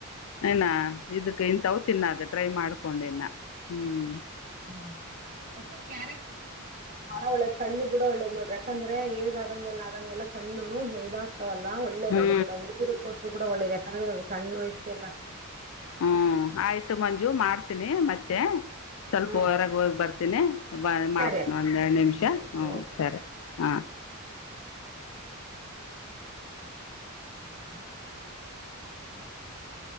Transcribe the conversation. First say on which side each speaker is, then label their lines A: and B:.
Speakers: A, on the left; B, on the right.
A: ಏನಾ ಇದಕ್ಕ ಇಂತವ ತಿನ್ನದ ಟ್ರೈ ಮಾಡ್ಕೊಂಡ ಇನ್ನ ಹ್ಮ್
B: ಹ್ಮ್ ಒಟ್ಟೆ ಕ್ಯಾರೆಟ್ <unintelligible> ದ್ಯೂಸ್ ಅಂತ ಒಳ್ಳ ಕಣ್ಣಿಗ್ ಕೂಡ ಒಳ್ಳೇದ್ ನೋಡ್ರಿ ಯಾಕಂದ್ರೆ ಏಜ್ ಆದಂಗೆಲ್ಲ ಆದಂಗೆಲ್ಲ ಕಣ್ಣು ಜಯದಾಗ್ ವಲ್ಲ ಒಳ್ಳೇದ್
A: ಹ್ಞೂ
B: ಅದು ಕೂಡ ಹುಡ್ಗುರ್ಗ್ ಕೊಟ್ರು ಕೂಡ ಒಳ್ಳೇದ ಯಾಕಂದ್ರೆ ಇವಾಗ ಸಣ್ ವಯಸ್ಸೆ ಎಲ್ಲ
A: ಹ್ಮ್ ಆಯ್ತು ಮಂಜು ಮಾಡ್ತೀನಿ ಮತ್ತೆ ಸ್ವಲ್ಪ
B: ಹ್ಮ್
A: ಹೊರಗೆ ಹೋಗ್ ಬರ್ತೀನಿ ಬ ಮಾಡ್ತೀನಿ
B: ಸರಿ ಅಕ್ಕ,
A: ಒಂದೆರಡು ನಿಮಿಷ
B: ಓಕೆ
A: ಹ್ಞೂ
B: ಓಕೆ
A: ಸರಿ ಹಾಂ
B: ಹ್ಮ ಹ್ಮ ಹ <unintelligible>